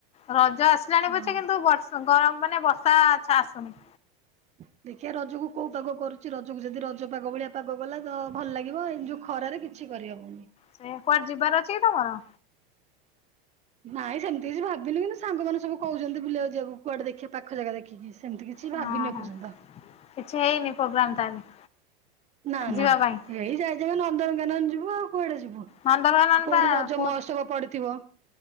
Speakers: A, on the left; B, on the right.
A: ରଜ ଆସିଲାଣି
B: ହଁ।
A: ପଛେ, କିନ୍ତୁ ବଷ ଗରମ ମାନେ ବର୍ଷା ଛା ଆସୁନି।
B: <unintelligible> ଦେଖିଆ ରଜକୁ କୋଉ ପାଗ କରୁଚି? ରଜକୁ ଯଦି ରଜ ପାଗ ଭଳିଆ ପାଗ ଗଲା ତ ଭଲ ଲାଗିବ, ଏ ଯୋଉ ଖରାରେ ଯେ କିଛି କରି ହେବନି।
A: ସେ କୁଆଡେ ଯିବାର ଅଛି କି ତମର?
B: ନାଇଁ ସେମିତି କିଛି ଭାବିନି କିନ୍ତୁ ସାଙ୍ଗମାନେ ସବୁ କହୁଚନ୍ତି ବୁଲିବାକୁ ଯିବାକୁ, କୁଆଡେ ଦେଖିବା ପାଖ ଜାଗା ଦେଖିକି। ସେମିତି କିଛି
A: ଓହୋ
B: ଭାବିନି ଏ ପର୍ଯ୍ୟନ୍ତ।
A: କିଛି ହେଇନି ପ୍ରୋଗ୍ରାମ ତାହେଲେ?
B: ନା ନା,
A: ଯିବା ପାଇଁ
B: ଏଇ ଯାଇ ଯାଇ ନନ୍ଦନକାନନ ଯିବୁ ଆଉ, କୁଆଡେ ଯିବୁ?
A: ନନ୍ଦନକାନନ
B: କୋଉଠି
A: ପା
B: ରଜ
A: କହୁ
B: ମହୋତ୍ସବ ପଡିଥିବ,